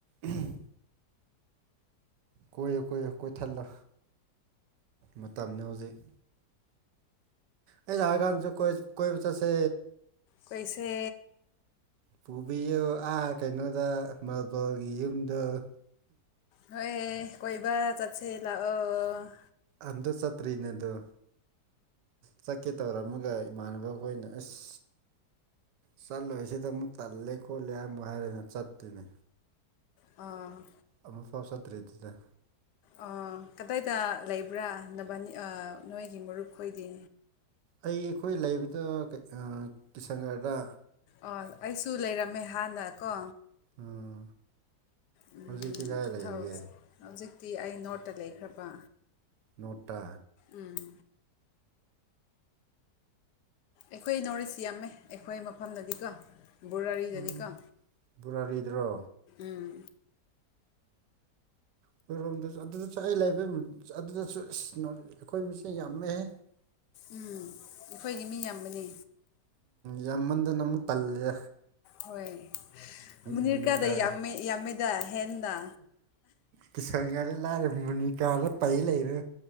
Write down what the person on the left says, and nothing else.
ꯀꯣꯏꯁꯦ
ꯍꯣꯏꯌꯦ ꯀꯣꯏꯕ ꯆꯠꯁꯦ ꯂꯥꯛꯑꯣ
ꯑꯥ
ꯑꯥ ꯀꯗꯥꯏꯗ ꯂꯩꯕ꯭ꯔꯥ ꯅꯕꯥꯅꯤ ꯑꯥ ꯅꯣꯏꯒꯤ ꯃꯔꯨꯞꯈꯣꯏꯗꯤ
ꯑ ꯑꯩꯁꯨ ꯂꯩꯔꯝꯃꯦ ꯍꯥꯟꯅ ꯀꯣ
ꯎꯝ,
ꯇꯨ
ꯊꯥꯎꯖꯟ ꯍꯧꯖꯤꯛꯇꯤ ꯑꯩ ꯅꯣꯔꯠꯇ ꯂꯩꯈ꯭ꯔꯕ
ꯎꯝ ꯑꯩꯈꯣꯏ ꯅꯣꯔꯠ ꯏꯁꯁꯤ ꯌꯥꯝꯃꯦ ꯑꯩꯈꯣꯏ ꯃꯐꯝꯗꯗꯤꯀꯣ ꯣꯔꯥꯔꯤꯗꯅꯤꯀꯣ
ꯎꯝ
ꯎꯝ ꯑꯩꯈꯣꯏꯗꯤ ꯃꯤ ꯌꯥꯝꯕꯅꯤ
ꯍꯣꯏ ꯃꯅꯤꯔꯀꯥꯗ
ꯌꯥꯝ ꯌꯥꯝꯃꯦꯗ ꯍꯦꯟꯅ